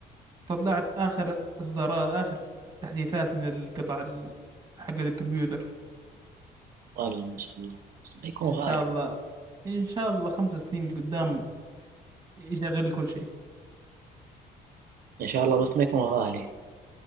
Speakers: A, on the right (about 20°); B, on the right (about 55°).
A: طلعت آخر إصدارات آخر تحديثات من القطع ال- حق الكمبيوتر
B: والله ما شاء الله بس ما يكون
A: إن
B: غالي
A: شاء الله إن شاء الله خمس سنين لقدام يشغل لي كل شيء
B: ان شاء الله بس ما يكون غالي